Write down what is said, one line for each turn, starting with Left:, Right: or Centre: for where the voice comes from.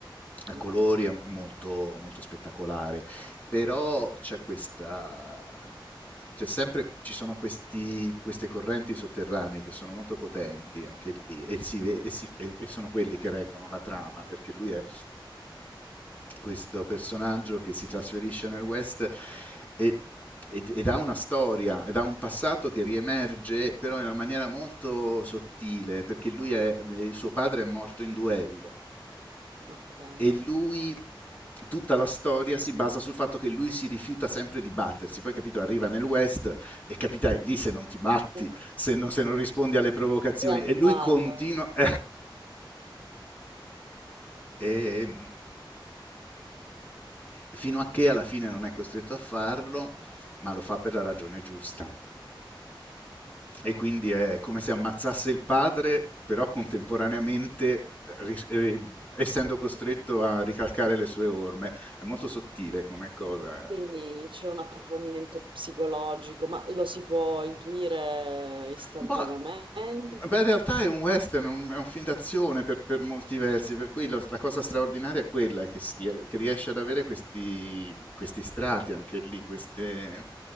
Left: A
Right: Ok,
Left: colori è è molto, molto spettacolare però c'è questa... C'è sempre, ci sono questi, queste correnti sotterranee che sono molto potenti anche lì e, si ve- e, si- e sono quelli che reggono la trama perché lui è questo personaggio che si trasferisce nel West e ed, ed ha una storia, ed ha un passato che riemerge però in una maniera molto sottile, perché lui è, il suo padre è morto in duello
Right: ok.
Left: e lui tutta la storia si basa sul fatto che lui si rifiuta sempre di battersi. Poi, capito, arriva nel West e capitai lì se non ti batti,
Right: E qui
Left: se non, se non rispondi alle provocazioni.
Right: è andato.
Left: E lui continua. <laughs> E- fino a che alla fine non è costretto a farlo, ma lo fa per la ragione giusta
Right: Ok.
Left: e quindi è come se ammazzasse il padre, però contemporaneamente ris- eh, essendo costretto a ricalcare le sue orme. È molto sottile come cosa.
Right: Quindi
Left: eh.
Right: c'è un approfondimento psicologico, ma lo si può intuire istantaneamente?
Left: Ma Beh, in realtà è un western, un- è un film d'azione per, per molti versi, per cui lo- la cosa straordinaria è quella, è che, si rie- che riesce ad avere questi, questi strati anche lì, queste-